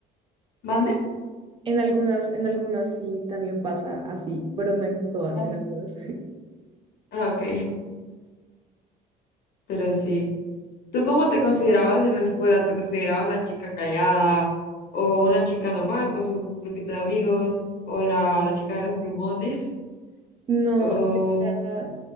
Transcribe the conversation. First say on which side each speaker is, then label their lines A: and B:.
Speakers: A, on the left (about 65°); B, on the right (about 30°).
A: ¿mande?
B: En algunas, en algunas sí también pasa así, pero no en todas,
A: Ah,
B: en algunas.
A: Ah, ok. <laughs> Pero sí. ¿Tú cómo te considerabas en la escuela? ¿Te considerabas la chica callada o una chica normal con su grupito de amigos o la, la chica de los plumones?
B: No,
A: O...
B: yo era